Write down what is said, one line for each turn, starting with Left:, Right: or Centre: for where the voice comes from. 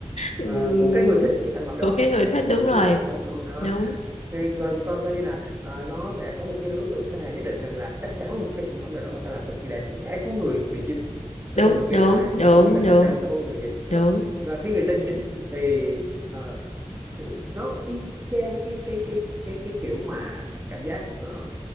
Left: ừm,
Right: ờ, của cái người thích cái sản phẩm đó
Left: của cái người thích
Right: của
Left: đúng
Right: cái
Left: rồi
Right: người thích sản phẩm đó
Left: đúng
Right: thì coi, coi, coi như là ờ, nó sẽ có một cái đối tượng khách hàng nhất định rằng là chắc chắn một cái sản phẩm nào đó mà ta làm thật kỳ đẹp thì sẽ có người bị dính
Left: đúng
Right: nó không cần biết
Left: đúng
Right: là ai
Left: đúng
Right: chỉ cần biết là
Left: đúng
Right: chắc chắn là sẽ có một người dính rồi
Left: đúng
Right: và khi người ta dính thì ờ, nó y chang cái cái cái cái cái kiểu mà cảm giác ờ,